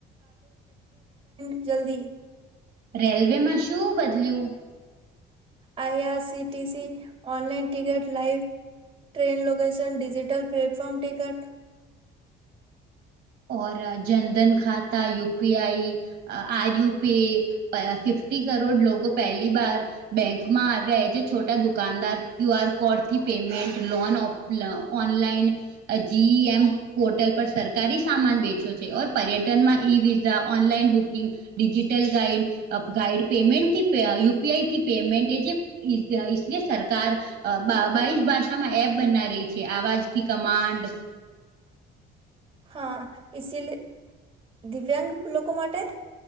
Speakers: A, on the right; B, on the right.
A: <unintelligible>
B: રેલવેમાં શું બદલ્યું?
A: I R city C online ticket live train location, digital platform ticket
B: ઓ જનધન ખાતા U P I R UP અ ફિફ્ટી કરોડ લોકો પહેલી બાર બેંકમાં આવ્યા એ જે છોટા દુકાનદાર ક્યુ આર કોડથી પેમેન્ટ, લોન ઓ ઓનલાઈન જી એમ પોર્ટલ પર સરકારી સામાન બેચ્યો છે ઓર પર્યટનમાં e visa, online booking, digital guide guide પેમેન્ટથી યુ પી આઈથી પેમેન્ટ એ જે ઈસલિએ સરકાર બા બાઈસ ભાષામાં એપ બના રહી છે આવાજથી કમાન્ડ
A: હા ઈસીલ દિવ્યાંગ લોકો માટે